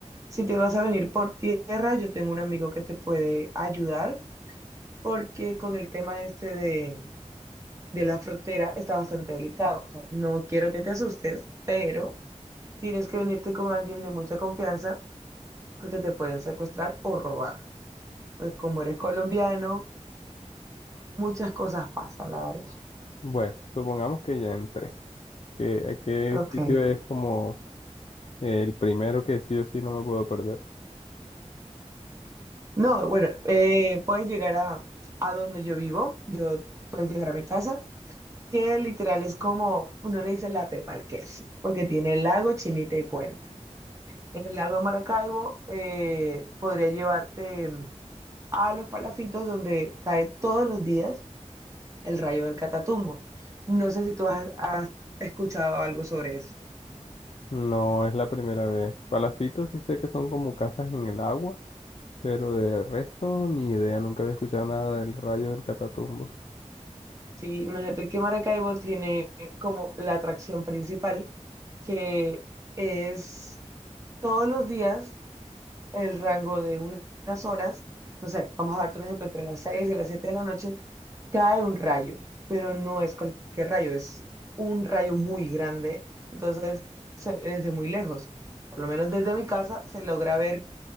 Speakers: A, on the right; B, on the left.
A: Si te vas a venir por tierra, yo tengo un amigo que te puede ayudar porque con el tema este de, de la frontera está bastante delicado. O sea, no quiero que te asustes, pero tienes que venirte con alguien de mucha confianza porque te pueden secuestrar o robar. Pues como eres colombiano muchas cosas pasan, la verdad.
B: bueno, supongamos que ya entré. ¿Qué, a qué
A: Ok.
B: sitio es como el primero que sí o sí no me puedo perder?
A: No, bueno, eh, puedes llegar a, a donde yo vivo, yo puedes llegar a mi casa, que literal es como, uno le dice la Pepa al queso, porque tiene lago, chinita y puente. En el lago de Maracaibo eh, podría llevarte mm, a los palafitos donde cae todos los días el rayo del Catatumbo. No sé si tú has has escuchado algo sobre eso.
B: No es la primera vez. Palafitos sí sé que son como casas en el agua. Pero de resto, ni idea, nunca había escuchado nada del rayo del Catatumbo.
A: Sí, imagínate que Maracaibo tiene como la atracción principal, que es todos los días el rango de un- unas horas, no sé, vamos a darte un ejemplo, entre las 6 y las 7 de la noche, cae un rayo, pero no es cualquier rayo, es un rayo muy grande, entonces se ve desde muy lejos, por lo menos desde mi casa se logra ver